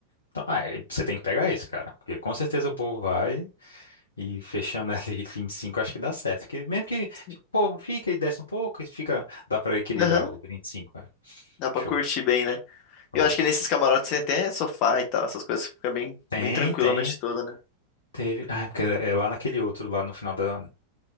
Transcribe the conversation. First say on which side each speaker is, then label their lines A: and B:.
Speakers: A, on the left (about 70°); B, on the left (about 40°).
A: Então, ah, é, você tem que pegar esse, cara. Porque com certeza o povo vai. E fechando <laughs> ali 25 acho que dá certo. Porque mesmo que tipo,
B: sim.
A: o povo fica e desce um pouco, fica, dá pra equilibrar
B: Aham,
A: os 25. é.
B: Dá pra
A: Show.
B: curtir bem, né?
A: Pronto.
B: Eu acho que nesses camarotes tem até sofá e tal, essas coisas fica bem,
A: Tem,
B: bem tranquilo
A: tem.
B: a noite toda, né?
A: Teve. Ah, porque é é lá naquele outro, lá no final da,